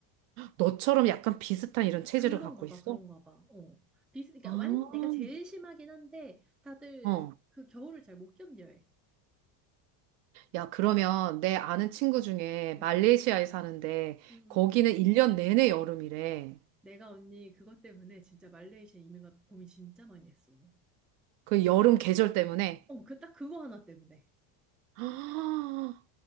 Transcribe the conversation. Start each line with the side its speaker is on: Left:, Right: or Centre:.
Right: 너처럼 약간 비슷한 이런 체질을
Centre: 그런가
Right: 갖고 있어?
Centre: 봐, 그런가 봐. 어. 비슷, 그러니까
Right: 아,
Centre: 완 내가 제일 심하긴 한데 다들
Right: 어.
Centre: 그 겨울을 잘 못 견뎌해.
Right: 야, 그러면 내 아는 친구 중에 말레이시아에
Centre: 응응,
Right: 사는데
Centre: 응응.
Right: 거기는 1년 내내 여름이래.
Centre: 내가 언니 그것 때문에 진짜 말레이시아 이민 가 고민 진짜 많이 했어.
Right: 그 여름 계절 때문에.
Centre: 어, 그 딱 그거 하나 때문에.
Right: 아,